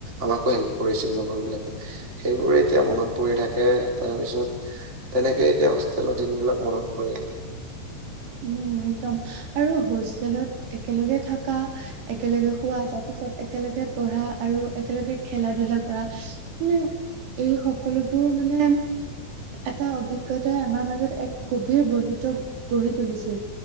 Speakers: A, on the right (about 20°); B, on the right (about 75°).
A: আমাকো হেল্প কৰিছিল লগৰ বিলাকে সেইবোৰে এতিয়া মনত পৰি থাকে তাৰপিছত তেনেকে এতিয়া হোষ্টেলৰ দিনবিলাক মনত পৰিল।
B: উম একদম আৰু হোষ্টেলত একেলগে থকা একেলগে খোৱা তাৰপিছত একেলগে পঢ়া আৰু একেলগে খেলা ধূলা কৰা মানে এই সকলোবোৰ মানে এটা অভিজ্ঞতাই আমাৰ মাজত এক গভীৰ বন্ধুত্ব গঢ়ি তুলিছিল